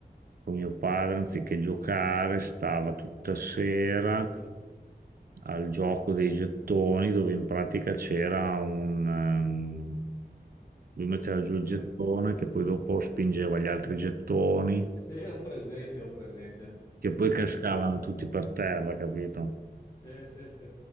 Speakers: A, on the right; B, on the left.
A: con mio padre, anziché giocare, stava tutta sera al gioco dei gettoni dove in pratica c'era un, ehm, lui metteva giù il gettone
B: La-
A: che poi dopo spingeva gli altri gettoni
B: Se ho presente, ho presente.
A: che poi
B: Sì,
A: cascavano
B: sì,
A: tutti per terra, capito?
B: sì, sì, sì.